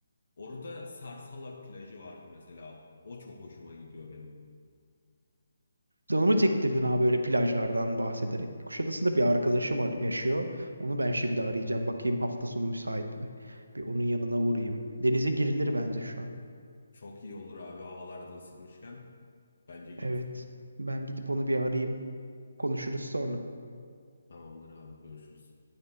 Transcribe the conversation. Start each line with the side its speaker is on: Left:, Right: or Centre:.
Left: Orada Sarsala plajı vardı mesela. O çok hoşuma gidiyor benim.
Right: Canımı çektirdin abi böyle plajlardan bahsederek. Kuşadası'nda bir arkadaşım var, yaşıyor. Onu ben şimdi
Left: Hı
Right: arayacağım.
Left: hı.
Right: Bakayım hafta sonu müsait mi? Bir onun yanına uğrayayım. Denize girilir
Left: Val
Right: bence şu an.
Left: çok iyi olur abi havalarda ısıtmışken. Bence git.
Right: Evet. Ben gidip onu bir arayayım. Konuşuruz sonra.
Left: Tamamdır abi görüşürüz.